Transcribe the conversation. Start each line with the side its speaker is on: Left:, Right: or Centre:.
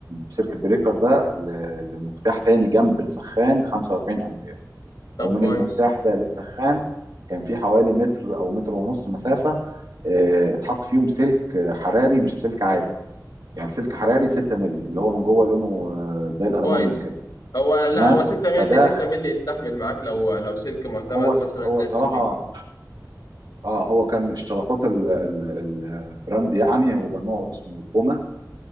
Right: السيركت بريكر ده ل- لمفتاح تاني جنب السخان 45 امبير
Left: طب
Right: ومن
Left: كويس
Right: المفتاح ده للسخان كان في حوالي متر او متر ونص مسافه آه، اتحط فيهم سلك آه، حراري مش سلك عادي يعني سلك حراري 6 مللي اللي هو من جوه لونه آه، زي الالومنيوم
Left: كويس
Right: كده
Left: هو لا
Right: تمام
Left: هو 6 مللي
Right: فده
Left: 6 مللي يستحمل معاك لو لو سلك معتمد
Right: هو
Left: مثلا
Right: هو
Left: زي
Right: صراحه
Left: السويد
Right: اه هو كان اشتراطات ال- ال- البراند يعني هو نوع اسمه بوما